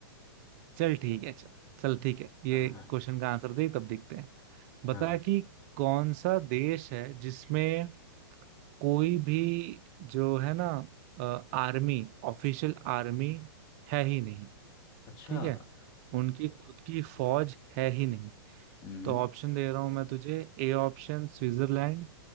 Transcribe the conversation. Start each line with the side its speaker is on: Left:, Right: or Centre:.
Right: चल ठीक है चल चल ठीक है ये
Left: हाँ हाँ
Right: क्वेश्चन का आंसर दे तब देखते हैं बता
Left: हाँ
Right: कि कौन सा देश है जिसमें कोई भी जो है ना आर्मी ऑफिशियल आर्मी है ही नहीं
Left: अच्छा
Right: ठीक है उनकी खुद की फौज है ही नहीं
Left: हम्म
Right: तो ऑप्शन दे रहा हूं मैं तुझे A option Switzerland